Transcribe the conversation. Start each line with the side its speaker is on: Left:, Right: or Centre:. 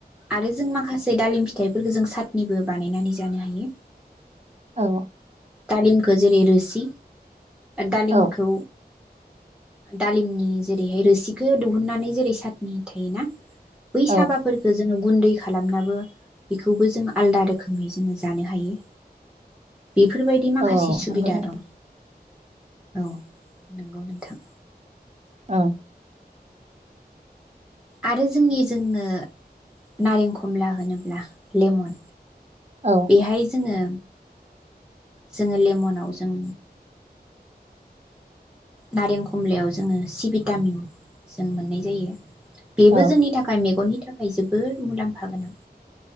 Centre: आरो जों माखासे दालिम फिथाइफोरखौ जों साटनिबो बानायनानै जानो हायो
Right: औ
Centre: दालिमखौ जेरै रोसि दालिमखौ
Right: औ
Centre: दालिमनि जेरैहाय रोसिखौ दिहुननानै जेरै सातनि थायोना बै साबाफोरफोरखौ
Right: औ
Centre: जों गुन्दै खालामनाबो बेखौबो जों आलदा रोखोमै जोङो जानो हायो बेफोर बेबायदि माखासे
Right: औ
Centre: सुबिदा
Right: नंगौ
Centre: दं औ नंगौ नोंथां
Right: ओ
Centre: आरो जोंनि जोंनो नारें खमला होनोब्ला लेमन
Right: औ
Centre: बेहाय जोङो जोङो लेमनाव जों नारें खमलायाव जोङो सि भिटामिन जों मोननाय जायो बेबो
Right: औ
Centre: जोंनि थाखाय मेगननि थाखाय जोबोर मुलाम्फा गोनां